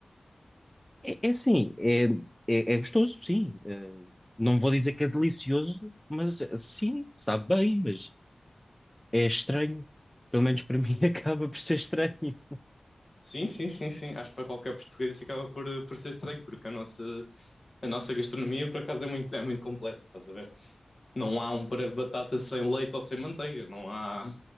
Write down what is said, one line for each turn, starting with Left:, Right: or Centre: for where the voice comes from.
Centre: É, é assim, é, é, é gostoso, sim. Eh, não vou dizer que é delicioso, mas eh, sim, sabe bem, mas é estranho. Pelo menos para <laughs> mim acaba por ser estranho.
Left: Sim, sim, sim, sim. Acho que para qualquer português isso acaba por, por ser estranho, porque a nossa, a nossa gastronomia, por acaso, é muito, é muito complexa, estás a ver? Não há um puré de batata sem leite ou sem manteiga, não há.